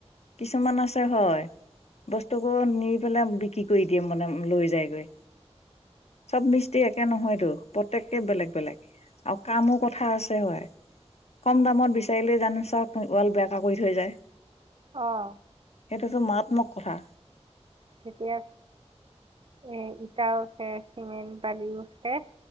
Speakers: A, on the left (about 70°); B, on the right (about 50°).
A: কিছুমান আছে হ'য় বস্তুকো নি। লৈ পেলাই বিক্ৰী কৰি দিয়ে মানে লৈ যায় গৈ। চব মিস্ত্ৰী একে নহয়তো প্ৰত্যেকেই বেলেগ বেলেগ। আৰু কামো কথা আছে হ'য় কম দামত বিচাৰিলে জানো চব। ওৱাল বেকা কৰি থৈ যায়।
B: অহ।
A: সেইটোতো মাৰাত্মক কথা।
B: তেতিয়াে এ ইটাও উঠে চিমেণ্ট বালিও উঠে।